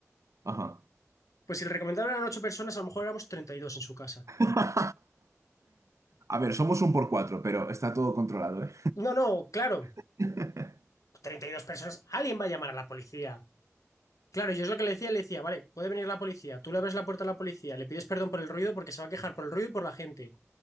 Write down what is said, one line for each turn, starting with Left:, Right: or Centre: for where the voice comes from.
Right: ajá.
Left: Pues si el recomendado eran ocho personas, a lo mejor éramos 32 en su casa.
Right: <laughs> A ver, somos un por cuatro, pero está todo controlado, ¿eh?
Left: No, no, claro,
Right: <laughs>
Left: treinta y dos personas, alguien va a llamar a la policía. Claro, yo es lo que le decía, le decía, vale, puede venir la policía, tú le abres la puerta a la policía, le pides perdón por el ruido porque se va a quejar por el ruido y por la gente.